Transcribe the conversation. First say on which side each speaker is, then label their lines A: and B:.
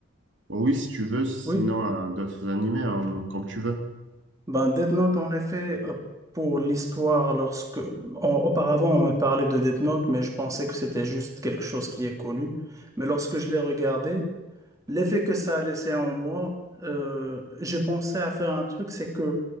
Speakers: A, on the right; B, on the right.
A: Oh oui, si tu veux, sinon
B: oui.
A: hein, d'autres animés, hein, comme tu veux.
B: Ben Death Note, en effet, euh, pour l'histoire, lorsque... en- auparavant, on me parlait de Death Note, mais je pensais que c'était juste quelque chose qui est connu. Mais lorsque je l'ai regardé, L'effet que ça a laissé en moi, euh, j'ai pensé à faire un truc, c'est que